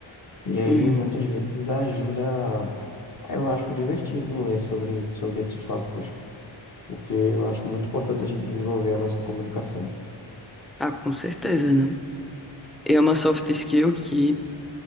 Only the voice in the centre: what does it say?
uhum.
Ah, com certeza, né? E é uma soft skill que